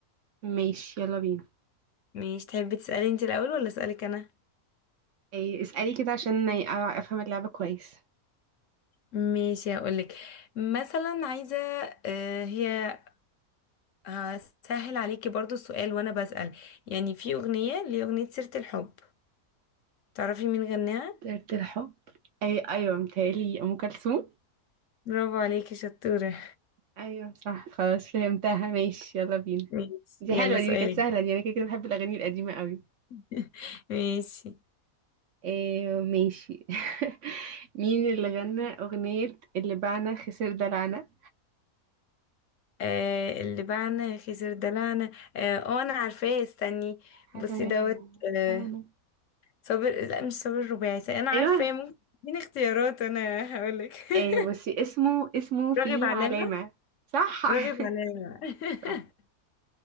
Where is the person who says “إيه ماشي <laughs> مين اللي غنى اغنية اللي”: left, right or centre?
Right